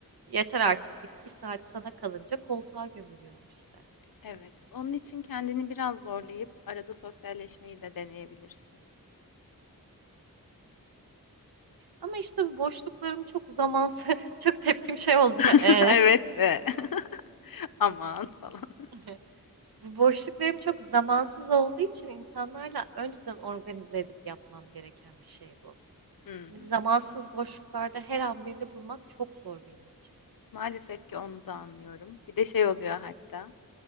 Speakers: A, on the right (about 85°); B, on the left (about 70°).
A: yeter artık deyip bir saat sana kalınca koltuğa gömülüyorum işte.
B: Evet. Onun için kendini biraz zorlayıp arada sosyalleşmeyi de deneyebilirsin.
A: Ama işte bu boşluklarım çok zamansız. <laughs> Çok tepkim şey oldu
B: <laughs>
A: değil mi? Ee.
B: Evet. e, <laughs> Aman falan.
A: <laughs> Bu boşluklarım çok zamansız olduğu için insanlarla önceden organize edip yapmam gereken bir şey bu.
B: Hımm.
A: Hani Zamansız boşluklarda her an birini bulmak çok zor benim için.
B: Maalesef ki onu da anlıyorum. Bir de şey oluyor hatta,